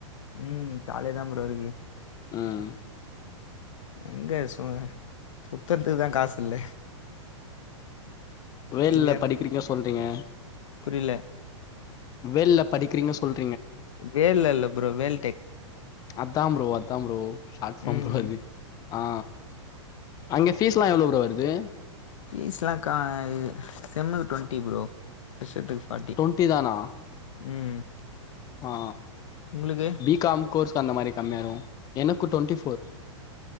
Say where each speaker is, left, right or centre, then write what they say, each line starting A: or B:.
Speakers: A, on the left (about 75°); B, on the left (about 20°).
A: ம் ஜாலியாதான் ப்ரோ இருக்கு
B: ம்
A: எங்க சு சுத்தறதுக்குதா காஸ் இல்ல
B: வேல்ல
A: நீங்க
B: படிக்கிறீங்க சொல்றீங்க
A: புரியல.
B: வெள்ள படிக்கிறீங்க சொல்
A: வேல்ல இல்ல ப்ரோ வேல்டெக்
B: அதான் ப்ரோ அதான் ப்ரோ ஷார்ட் ஃபாம்
A: ம்.
B: ப்ரோ அது ஆ அங்க ஃபீஸ் எல்லா எவ்ளோ ப்ரோ வருது
A: ஃபீஸ் எல்லா கா இ செம்முக்கு டுவெண்டி ப்ரோ வருஷத்துக்கு ஃபாட்டி
B: டுவெண்ட்டி தானா
A: ம்
B: ஆ
A: உங்களுக்கு?
B: பி காம் கோர்ஸ் அந்த மாரி கம்மியாகு எனக்கு டொவெண்ட்டி ஃபோர்